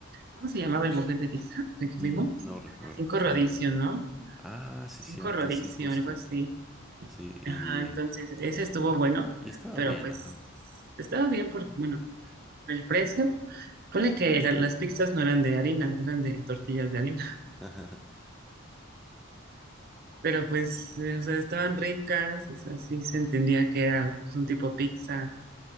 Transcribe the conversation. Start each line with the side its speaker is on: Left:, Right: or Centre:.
Right: ¿Cómo se llamaba el buffet de pizza al que
Centre: Mm,
Right: fuimos?
Centre: No recuerdo
Right: Cinco
Centre: para
Right: rodicio
Centre: nada.
Right: ¿no?
Centre: Ah, sí,
Right: Cinco
Centre: cierto,
Right: rodicio
Centre: sí, justo.
Right: algo así.
Centre: Sí, y,
Right: Ajá, entonces ese
Centre: y,
Right: estuvo bueno,
Centre: y estaba
Right: pero
Centre: bien,
Right: pues
Centre: ajá.
Right: estaba bien porque, bueno, o sea, el precio, ponle que la- las pizzas no eran de harina, eran de tortillas de harina.
Centre: <laughs>
Right: Pero pues, eh, o sea, estaban ricas, o sea, sí se entendía que era pues, un tipo pizza,